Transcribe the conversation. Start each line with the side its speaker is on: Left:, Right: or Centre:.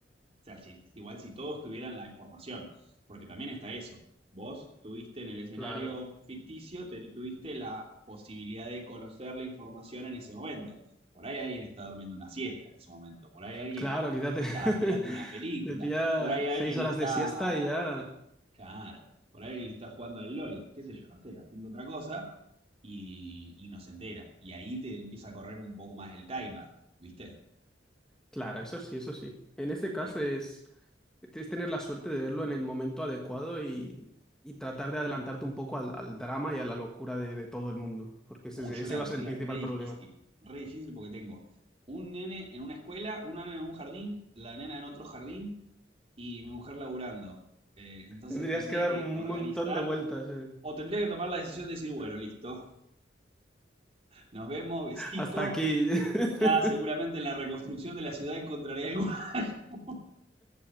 Right: o sea, si- igual si todos tuvieran la información, porque también está eso. Vos tuviste en el escenario
Centre: Claro,
Right: ficticio, te- tuviste la posibilidad de conocer la información en ese momento. Por ahí alguien está durmiendo una siesta en ese momento, por ahí alguien
Centre: claro, quizás
Right: está
Centre: te, <laughs>
Right: mirando una película,
Centre: te pilla
Right: por ahí alguien
Centre: seis horas
Right: está
Centre: de siesta y ya...
Right: Claro. Por ahí alguien está jugando al LOL, qué sé yo, no sé, haciendo otra cosa y, y no se entera. Y ahí te empieza a correr un poco más el timer, ¿viste?
Centre: Claro, eso sí, eso sí. En ese caso
Right: Sí.
Centre: es, es tener la suerte de verlo en el momento adecuado y, y tratar de adelantarte un poco al, al drama y a la locura de, de todo el mundo, porque ese,
Right: Uy, yo
Centre: ese
Right: la vendría
Centre: va a ser el principal
Right: re difícil.
Centre: problema.
Right: Re difícil porque tengo un nene en una escuela, una nena en un jardín, la nena en otro jardín y mi mujer laburando. Eh, entonces
Centre: Tendrías
Right: tendría
Centre: que dar
Right: que
Centre: un
Right: organizar
Centre: montón de vueltas, eh.
Right: o tendría que tomar la decisión de decir, bueno, listo, nos vemos, besito.
Centre: Hasta aquí. <laughs>
Right: Ya seguramente en la reconstrucción de la ciudad encontraré algo. <laughs>